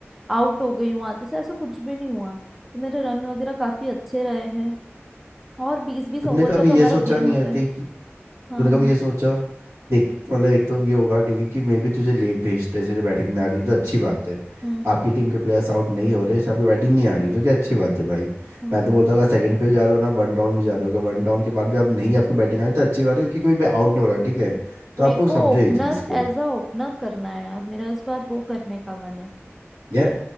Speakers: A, in the centre; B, on the right.
A: आउट हो गई हूँ आते से ऐसा कुछ भी नहीं हुआ है तो मेरे रन वगैरह काफी अच्छे रहे हैं और बीस बीस
B: तूने
A: ओवर
B: कभी
A: का तो हमारा
B: ये सोचा
A: गेम
B: नहीं
A: होता
B: आती
A: है
B: कि
A: हाँ
B: तूने कभी
A: हाँ
B: ये सोचा देख मतलब एक तो ये होगा ठीक है कि मे बी तुझे लेट भेजते हैं इसलिए बैटिंग नहीं आ रही जो अच्छी बात है
A: हम्म
B: आपकी
A: हम्म
B: टीम के प्लेयर्स आउट नहीं हो रहे इससे आपकी बैटिंग नहीं आ रही जो कि अच्छी बात है भाई
A: हम्म
B: मैं तो बोलता हूँ अगर सेकंड पे भी जा रहे हो ना वन डाउन भी जा रहे हो वन डाउन के बाद भी आप नहीं आपकी बैटिंग आ रही तो अच्छी बात है क्योंकि कोई आउट नहीं हो रहा ठीक है तो आप
A: मेरे
B: वो
A: को
B: समझो
A: ओपनर
B: ये चीज़ को
A: एज अ ओपनर करना है यार मेरा इस बार वो करने का मन है
B: यार